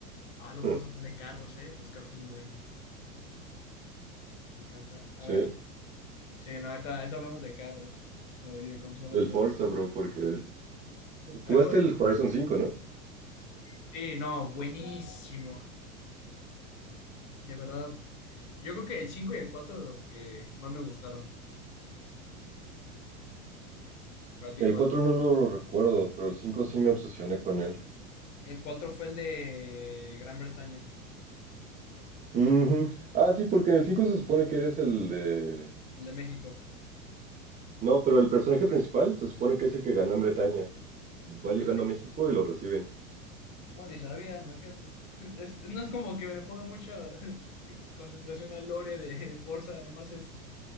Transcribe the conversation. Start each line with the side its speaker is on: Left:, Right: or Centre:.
Left: Ah, lo podemos
Right: Ah,
Left: hablar de carros, ¿eh? Los carros son muy buenos. Me encanta. A
Right: Sí,
Left: ver, sí, no, ahorita, ahorita hablamos de carros. ¿no? Y de consolas.
Right: del Forza, bro, porque jugaste
Left: Ahorita-
Right: el Horizon cinco ¿no?
Left: Sí, no, buenísimo. De verdad. Yo creo que el 5 y el 4 de los que más me gustaron. ¿Para ti
Right: El
Left: cuál?
Right: cuatro no lo recuerdo, pero el 5 sí me obsesioné con él.
Left: El 4 fue el de Gran Bretaña,
Right: Ujú. Ah, sí, porque en el 5 se supone que eres el de...
Left: el de México.
Right: No, pero el personaje principal se supone que es el que ganó en Bretaña. Va llegando
Left: ¿Así?
Right: a México y lo reciben.
Left: Bueno, ni sabía, imagínate. <laughs> Es- no es como que me le ponga mucha <laughs> concentración al lore de Forza, nomás es